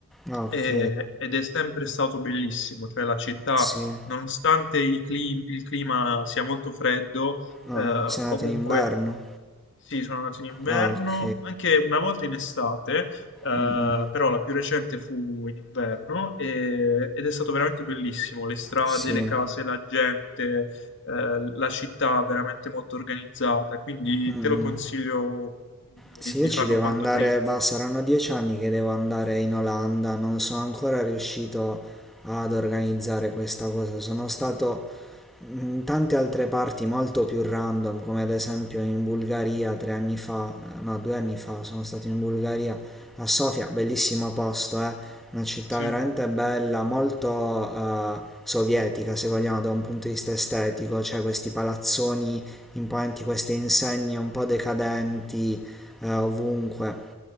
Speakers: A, in the centre; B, on the left.
A: Ah, ok,
B: e- ed è sempre stato bellissimo, cioè la città,
A: sì.
B: nonostante i clim- il clima sia molto freddo,
A: Ah,
B: eh,
A: sei
B: comunque
A: andato in inverno?
B: sì, sono nato in inverno,
A: Ah, ok.
B: anche una volta in estate, eh,
A: Mm, mm.
B: però la più recente fu in inverno e- ed è stato veramente bellissimo. Le strade,
A: Sì.
B: le case, la gente, eh, la città veramente molto organizzata, quindi
A: Mm, mm.
B: te lo consiglio
A: Sì,
B: di, di
A: io ci
B: farlo
A: devo
B: quanto
A: andare,
B: prima.
A: ma saranno dieci anni che devo andare in Olanda, non sono ancora riuscito ad organizzare questa cosa. Sono stato in tante altre parti molto più random, come ad esempio in Bulgaria tre anni fa, eh, no, due anni fa sono stato in Bulgaria a Sofia, bellissimo posto, eh, una città
B: Sì,
A: veramente bella, molto eh, sovietica se vogliamo da un punto di vista estetico, cioè questi palazzoni imponenti, queste insegne un po' decadenti eh, ovunque.